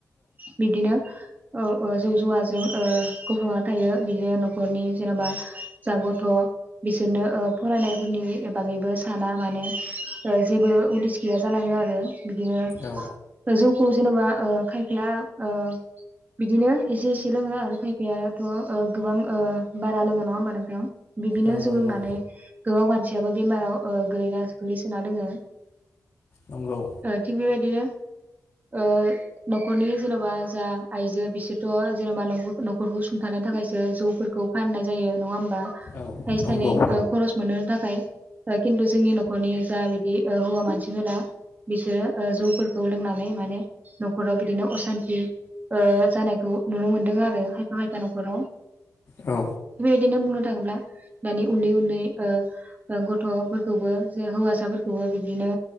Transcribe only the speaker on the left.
औ
औ
नंगौ
नंगौ
औ नंगौ
औ